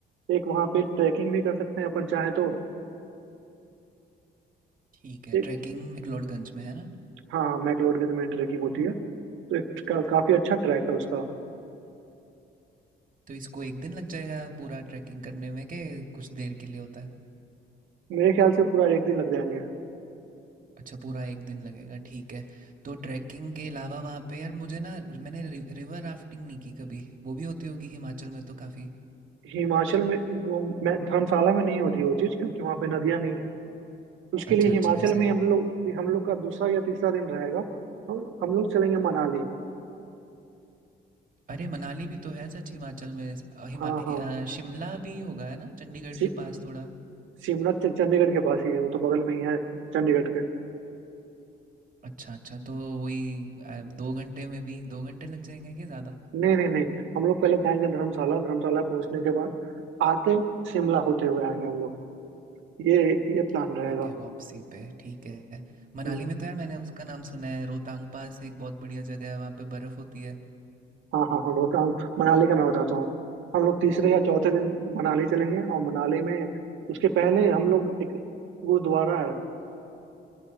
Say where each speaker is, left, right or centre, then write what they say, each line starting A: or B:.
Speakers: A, on the right; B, on the right.
A: एक वहाँ पे ट्रैकिंग भी कर सकते हैं अपन चाहे तो
B: ठीक है
A: एक
B: ट्रैकिंग मैक्लोडगंज में है ना
A: हाँ हाँ मैक्लोडगंज में ट्रैकिंग होती है तो एक का, काफ़ी अच्छा ट्रैक है उसका
B: तो इसको एक दिन लग जाएगा पूरा ट्रैकिंग करने में के कुछ देर के लिए होता है
A: मेरे ख्याल से पूरा एक दिन लग जाएंगे
B: अच्छा पूरा एक दिन लगेगा ठीक है तो ट्रैकिंग के अलावा वहाँ पे यार मुझे ना मैंने रि, रिवर राफ्टिंग नहीं की कभी वो भी होती होगी हिमाचल में तो काफ़ी
A: हिमाचल में वो मैं धर्मशाला में नहीं होती वो चीज क्योंकि वहां पे नदियां नहीं है उसके
B: अच्छा
A: लिए
B: अच्छा
A: हिमाचल
B: ऐसा
A: में
B: है
A: हम लोग हम लोग का दूसरा या तीसरा दिन रहेगा हम हम लोग चलेंगे मनाली
B: अरे मनाली भी तो है सच हिमाचल में स- अ, हिमा
A: हाँ
B: अ,
A: हाँ
B: शिमला भी होगा है ना चंडीगढ़
A: सी,
B: के पास थोड़ा
A: शिमला च- चंडीगढ़ के पास ही है वो तो बगल में ही है चंडीगढ़ के
B: अच्छा अच्छा तो वही अ, दो घंटे में भी दो घंटे लग जाएंगे कि ज़्यादा
A: नहीं नहीं नहीं हम लोग पहले जाएंगे धर्मशाला धर्मशाला पहुंचने के बाद आते शिमला होते हुए आएंगे हम लोग ये ये प्लान
B: ठीक
A: रहेगा
B: है वापसी पे ठीक है मनाली
A: हम्म।
B: में तो यार मैंने उसका नाम सुना है रोहतांग पास एक बहुत बढ़िया जगह है वहाँ पे बर्फ़ होती है
A: हाँ हाँ हाँ रोहतांग मनाली का मैं बताता हूँ हम लोग तीसरे या चौथे दिन मनाली चलेंगे और मनाली में उसके पहले हम लोग एक गुरुद्वारा है